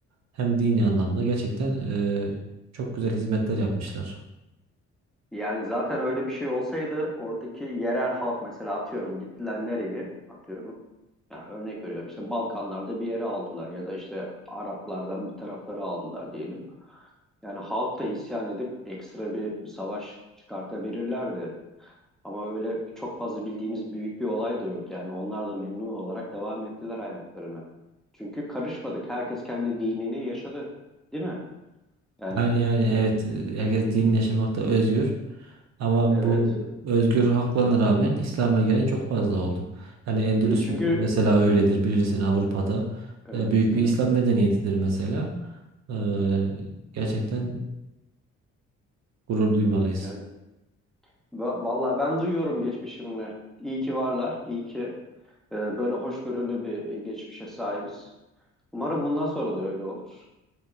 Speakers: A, on the right; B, in the centre.
A: hem dini anlamda gerçekten e, çok güzel hizmetler yapmışlar.
B: Yani zaten öyle bir şey olsaydı oradaki yerel halk mesela atıyorum gittiler nereye atıyorum. Yani örnek veriyorum işte Balkanlarda bir yere aldılar ya da işte Araplardan bir tarafları aldılar diyelim. Yani halk da isyan edip ekstra bir savaş çıkartabilirlerdi. Ama öyle çok fazla bildiğimiz büyük bir olay da yok. Yani onlar da memnun olarak devam ettiler hayatlarına. Çünkü karışmadık. Herkes kendi dinini yaşadı. Değil mi? Yani
A: Yani yani evet e, herkes din yaşamakta özgür ama
B: evet.
A: bu özgür haklarına rağmen İslam'a gelen çok fazla oldu. Yani Endülüs
B: E çünkü
A: mesela öyledir bilirsin Avrupa'da
B: evet,
A: E, büyük
B: evet,
A: bir İslam medeniyetidir mesela. E,
B: evet,
A: gerçekten gurur duymalıyız.
B: evet. Va- Vallahi ben duyuyorum geçmişimle. İyi ki varlar. iyi ki e, böyle hoşgörülü bir geçmişe sahibiz. Umarım bundan sonra da öyle olur.